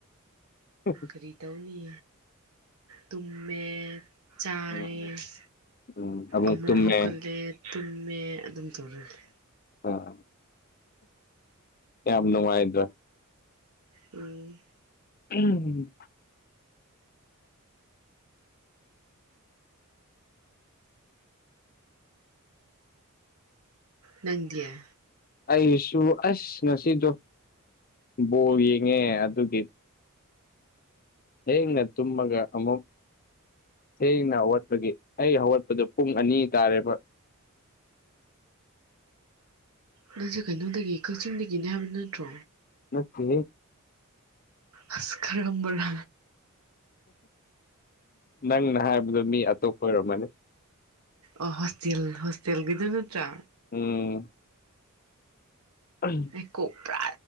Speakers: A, on the left; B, on the right.
A: ꯎꯝ
B: ꯐꯔꯤ ꯇꯧꯅꯤ ꯇꯨꯃꯦ ꯆꯥꯏꯔꯦ
A: ꯎꯝ ꯎꯝ
B: ꯑꯃꯨꯛ
A: ꯇꯨꯝꯃꯦ
B: ꯍꯧꯒꯠꯂꯦ ꯇꯨꯝꯃꯦ ꯑꯗꯨꯝ ꯇꯧꯔ ꯂꯩ
A: ꯑ ꯌꯥꯝ ꯅꯨꯡꯉꯥꯏꯗ꯭ꯔ
B: ꯎꯝ
A: ꯎꯝ
B: ꯅꯪꯗꯤꯌꯥ
A: ꯑꯩꯁꯨ ꯑꯁ ꯉꯁꯤꯗꯣ ꯕꯣꯔ ꯌꯦꯡꯉꯦ ꯑꯗꯨꯒꯤ ꯍꯡꯅꯦ ꯇꯨꯝꯃꯒ ꯑꯃꯃꯨꯛ ꯊꯦꯡꯅ ꯍꯧꯋꯥꯠꯄꯒꯤ ꯑꯩ ꯍꯧꯋꯥꯠꯄꯗꯣ ꯄꯨꯡ ꯑꯅꯤ ꯇꯥꯔꯦꯕ
B: ꯅꯪꯁꯦ ꯀꯩꯅꯣꯗꯒꯤ ꯀꯛꯆꯤꯡꯗꯒꯤꯅꯦ ꯍꯥꯏꯕ ꯅꯠꯇ꯭ꯔꯣ
A: ꯅꯠꯇ
B: ꯍꯁ ꯈꯔꯝꯕꯔ
A: ꯅꯪꯅ ꯍꯥꯏꯕꯗꯣ ꯃꯤ ꯑꯇꯣꯞꯄ ꯑꯣꯏꯔꯝꯃꯅꯤ
B: ꯑꯣ ꯍꯣꯁꯇꯦꯜ ꯍꯣꯁꯇꯦꯜꯒꯤꯗꯨ ꯅꯠꯇ꯭ꯔꯥ
A: ꯎꯝ ꯑꯝ
B: ꯍꯩꯀꯣꯛ ꯄꯨꯔꯥ